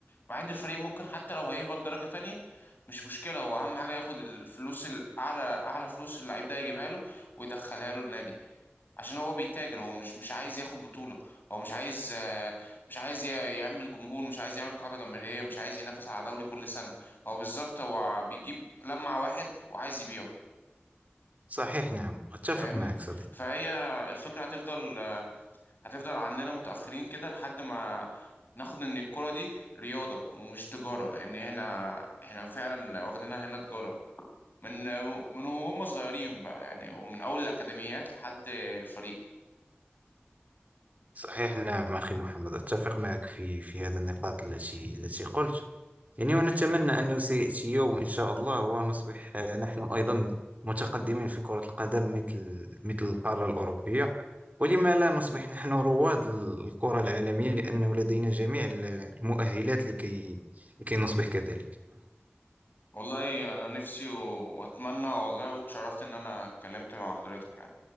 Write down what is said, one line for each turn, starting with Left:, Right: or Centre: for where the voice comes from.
Left: مع ان الفريق ممكن حتى لو هيهبط درجة تانية مش مشكلة هو اهم حاجة ياخد الفلوس الاعلى اعلى فلوس اللعيب ده يجيبها له ويدخلها له النادي عشان هو بيتاجر هو مش مش عايز ياخد بطولة هو مش عايز آه، مش عايز ي- يعمل جمهور مش عايز يعمل قاعدة جماهيرية مش عايز ينافس على دوري كل سنة هو بالظبط هو بيجيب لمع واحد وعايز يبيعه
Right: صحيح نعم أتفق
Left: فاهمني
Right: معك صديقي
Left: فهي الفكرة هتفضل آه، هتفضل عندنا متأخرين كده لحد ما ناخد ان الكرة دي رياضة ومش تجارة لان هنا احنا فعلا واخدينها هنا تجارة من من هم صغيرين بقى يعني ومن اول الاكاديميات لحد الفريق
Right: صحيح نعم أخي محمد أتفق معك في في هذه النقاط التي التي قلت يعني ونتمنى أنه سيأتي يوم إن شاء الله ونصبح آه، نحن أيضا متقدمين في كرة القدم مثل مثل القارة الأوروبية ولما لا نصبح نحن رواد الكرة العالمية لأنه لدينا جميع المؤهلات لكي لكي نصبح كذلك
Left: والله انا نفسي و- واتمنى والله واتشرفت ان انا اتكلمت مع حضرتك يعني